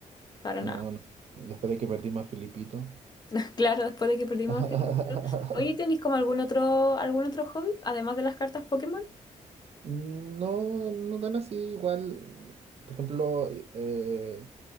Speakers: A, on the left; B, on the right.
A: Para
B: No,
A: nada.
B: no, después de que perdimos a Filipito.
A: <laughs> Claro, después de que perdimos
B: <laughs>
A: a Felipito. Oye, ¿tenéis como algún otro, algún otro hobby? Además de las cartas Pokémon.
B: No, no tan así, igual, por ejemplo, eh,